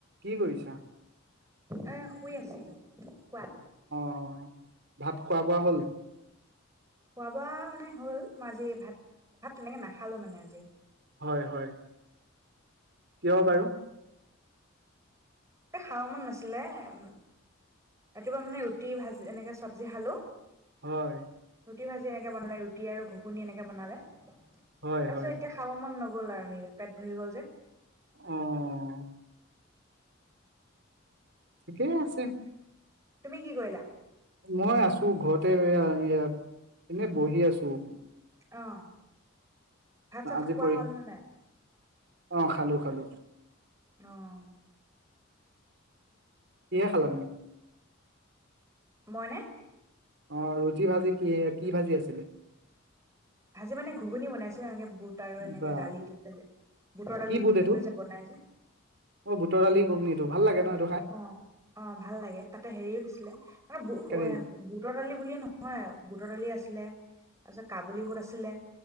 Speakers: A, on the right; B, on the right.
A: কি কৰিছা
B: এ শুই আছিলোঁ কোৱা
A: অ ভাত খোৱা বোৱা হ'ল
B: খোৱা-বোৱা মানে হ'ল। মই আজি ভাত', - ভাত', 'তেনেকে নাখালো মানে আজি।
A: হয়', - হয়', কিয় বাৰু?
B: এ', খাব মন নাছিলে উম্ ৰাতিপুৱা মানে ৰুটি-ভাজি এনেকে চব্জি খালো,
A: হয়',
B: ৰুটি-ভাজি এনেকৈ বনালে ৰুটি আৰু ঘুগুনি এনেকৈ বনালে। তাৰ পিছত,
A: হয় হয়
B: এতিয়া খাব মন নগ, গ'ল আৰু সেই পেট ভৰি গ'ল যে,
A: অহ', ঠিকেই আছে।
B: তুমি কি কৰিলা?
A: মই আছো ঘৰতে এইয়া, এনে বহি আছো।
B: আহ', ভাত-চাত
A: আজি
B: খোৱা
A: পৰী
B: হল নে', নাই?
A: অ', খালোঁ', -খালোঁ।
B: অ',
A: কিহেৰে খালা তুমি?
B: মইনে?
A: অ', ৰুটি-ভাজি কি-কি ভাজি আছিলে?
B: ভাজি মানে ঘুগুনি বনাইছিলো এনেকে, বুট আৰু এনেকে
A: বা
B: দালি দি পেলে, বুটৰ দালি
A: কি বুট এইটো?
B: দি পেলে যে বনাই যে
A: অ বুটৰ দালি ঘুগনিটো ভাল লাগে নত,
B: অ', - অ', ভাল লাগে ।তাতে হেৰিও দিছিলে আৰু
A: কাৰী।
B: বুটৰ দালি বুলিয়ে নহয় আৰু বুটৰ দালি আছিলে, তাৰপিছত কাবুলীবোট আছিলে।